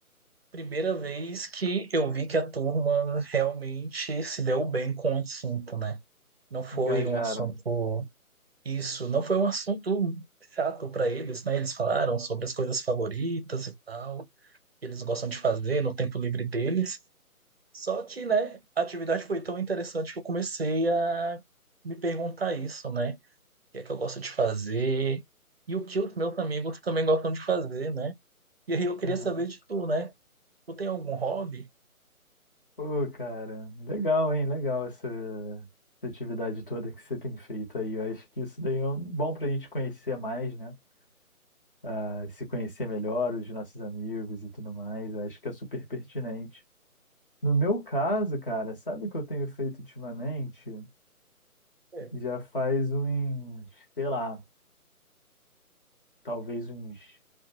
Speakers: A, on the right; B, on the left.
A: primeira vez que eu vi que a turma realmente se deu bem com o assunto, né? Não foi
B: Engajaram.
A: um assunto isso, não foi um assunto chato para eles, né? Eles falaram sobre as coisas favoritas e tal, que eles gostam de fazer no tempo livre deles. Só que, né, a atividade foi tão interessante que eu comecei a me perguntar isso, né? O que é que eu gosto de fazer e o que os meus amigos também gostam de fazer, né? E aí eu queria
B: Aham.
A: saber de tu, né? Tu tem algum hobby?
B: Pô, cara, legal, hein? Legal essa, essa atividade toda que você tem feito aí. Eu acho que isso daí é um- bom pra gente conhecer mais, né? Ah, se conhecer melhor, os nossos amigos e tudo mais. Eu acho que é super pertinente. No meu caso, cara, sabe o que eu tenho feito ultimamente?
A: É.
B: Já faz uns, sei lá, talvez uns.